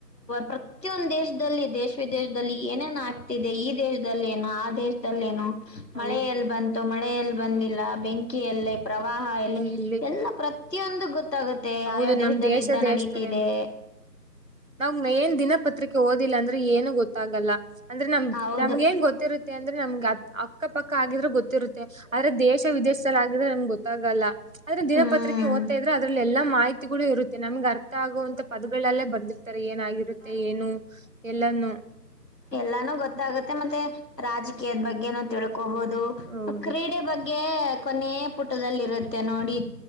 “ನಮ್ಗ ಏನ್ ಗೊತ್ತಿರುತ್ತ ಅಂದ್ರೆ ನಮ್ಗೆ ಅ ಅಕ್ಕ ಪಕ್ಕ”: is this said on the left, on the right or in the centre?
Right